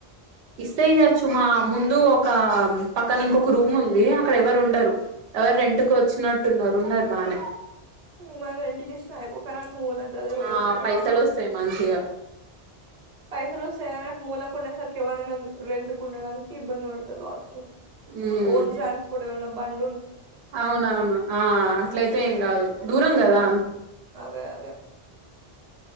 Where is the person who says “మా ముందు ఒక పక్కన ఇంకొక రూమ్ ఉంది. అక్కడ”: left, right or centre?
Right